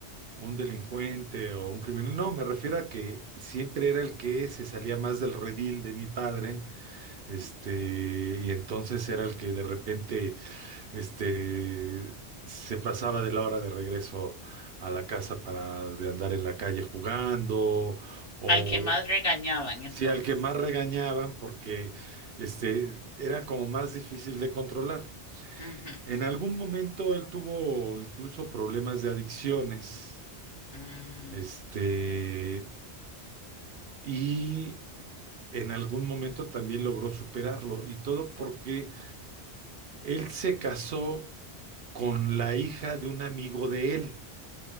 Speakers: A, on the right; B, on the left.
A: un delincuente o un criminal. No, me refiero a que siempre era el que se salía más del redil de mi padre. Este, y entonces era el que de repente Este, se pasaba de la hora de regreso a la casa para de andar en la calle jugando, o
B: Al que más regañaban entonces.
A: sí, al que más regañaban porque este, era como más difícil de controlar.
B: Ujú,
A: En algún momento él tuvo incluso problemas de adicciones,
B: mm,
A: este, y en algún momento también logró superarlo, y todo porque él se casó con la hija de un amigo de él.